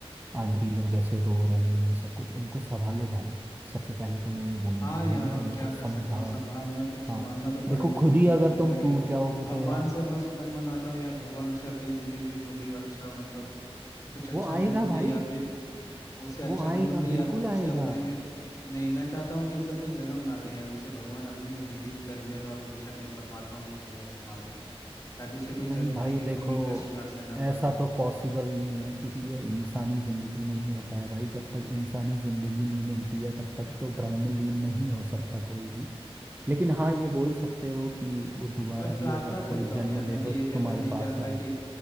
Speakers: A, on the right (about 20°); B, on the left (about 30°).
A: आंटी लोग ऐसे रो रहे हैं ये सब कुछ उनको संभालो भाई सबसे पहले तो मैं ये बोलूंगा
B: हाँ
A: है
B: यार
A: ना
B: और
A: उनको
B: क्या कर
A: समझाओ
B: सकता हूँ संभालना तो संभालना
A: हाँ
B: तो पड़ेगा
A: देखो
B: ही
A: खुद
B: अब
A: ही
B: जो
A: अगर
B: चला
A: तुम
B: गया
A: टूट जाओगे
B: भगवान
A: तो यार
B: से मस मन मनाता हूँ यार भगवान उसे अगली जिंदगी में जो भी हो अच्छा मतलब कुछ अच्छा
A: वो आएगा
B: जन्म
A: भाई
B: दे या फिर उसे अच्छा
A: वो आएगा
B: जन्म दे या
A: बिल्कुल
B: फिर उसे
A: आएगा
B: अपने में नहीं मैं चाहता हूँ कि उसे कोई जन्म ना दे यार उसे भगवान अपने में विलीन कर ले और हमेशा के लिए परमात्मा में उसे संभाले ताकि उसे कोई जन्म
A: नहीं भाई
B: लेके
A: देखो
B: कोई भी कष्ट ना सहना
A: ऐसा
B: पड़े
A: तो पॉसिबल नहीं है क्योंकि ये इंसानी जिंदगी में ही होता है भाई जब तक इंसानी जिंदगी नहीं मिलती है तब तक तो ब्रह्मलीन नहीं हो सकता कोई भी लेकिन हाँ ये बोल सकते हो कि वो दोबारा
B: मैं प्रार्थना
A: भी अगर कोई
B: करता
A: जन्म
B: हूँ यार मैं
A: ले तो
B: तो यही
A: तुम्हारे
B: कह रहा हूँ मैं नहीं
A: पास
B: जानता
A: आए
B: कि